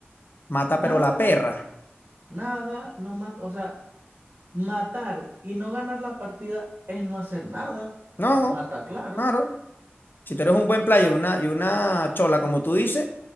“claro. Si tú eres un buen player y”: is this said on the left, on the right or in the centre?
Left